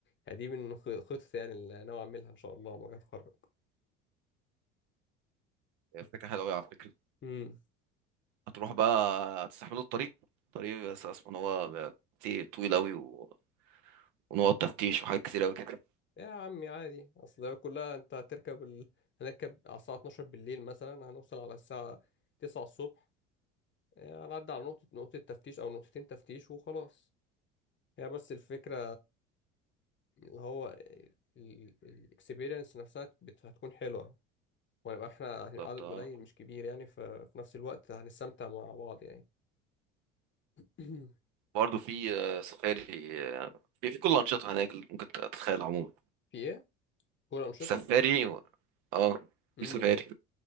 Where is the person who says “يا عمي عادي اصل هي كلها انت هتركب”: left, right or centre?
Left